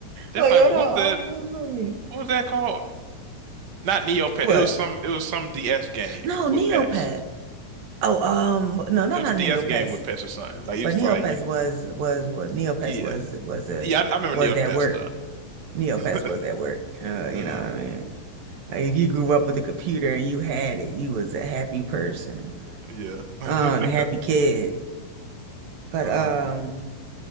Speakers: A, on the right (about 35°); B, on the right (about 75°).
A: That
B: Like,
A: might
B: hold
A: be, what
B: on,
A: was that what was that called? Not Neopet.
B: what?
A: It was some it was some DS game
B: No,
A: with
B: Neopet.
A: pets.
B: Oh, um, no, not
A: There was
B: not
A: a DS
B: Neopets,
A: game with pets or something. Like it
B: but
A: was
B: Neopets
A: like you,
B: was was what Neopets
A: yeah.
B: was was a
A: Yeah, I, I remember
B: was
A: Neopets
B: that word.
A: though.
B: Neopets
A: <laughs>
B: was that word. Uh, you
A: Mm,
B: know what I mean? Like if you grew up with a computer and you had it, you was a happy person.
A: yeah. <laughs>
B: Um, the happy kid. But
A: Um,
B: um,